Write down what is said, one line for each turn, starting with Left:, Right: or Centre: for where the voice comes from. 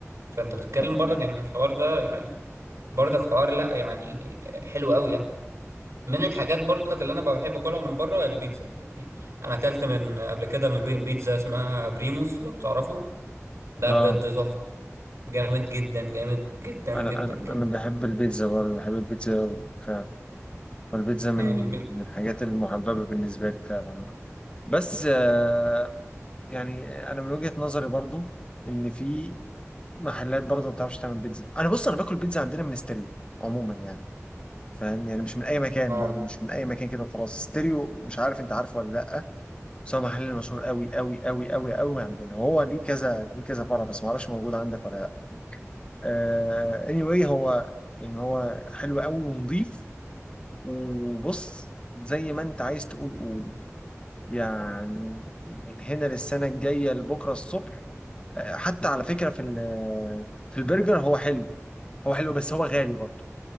Right: فانت بتتكلم
Left: طبعا
Right: برضك يعني الحوار ده يعني برضك حوار لا يعني حلو قوي يعني من الحاجات برضك اللي انا بحب اكلها من بره البيتزا يعني انا اكلت من قبل كده من بي- بيتزا اسمها بريموس لو تعرفه ده
Left: اه
Right: بجد
Left: آه.
Right: تحفه جامد جدا جامد جدا
Left: انا
Right: جدا
Left: انا
Right: جدا
Left: انا بحب البيتزا برضه بحب البيتزا أوي فعلا والبيتزا من
Right: يعني بي...
Left: من الحاجات المحببة بالنسبة لي فعلا بس آه يعني انا من وجهة نظري برضه ان في محلات برضه ما بتعرفش تعمل بيتزا انا بص انا باكل بيتزا عندنا من ستارين عموما يعني فاهم يعني مش من اي مكان
Right: اه
Left: برضه مش من اي مكان كده وخلاص ستيريو مش عارف انت عارفه ولا لا بس هو محل مشهور قوي قوي قوي قوي قوي عندنا وهو ليه كذا ليه كذا فرع بس ما اعرفش موجود عندك ولا لا آه anyway هو يعني هو حلو قوي ونظيف وبص زي ما انت عايز تقول قول يعني من هنا للسنه الجايه لبكره الصبح آه، حتى على فكره في ال- في البرجر هو حلو هو حلو بس هو غالي برضه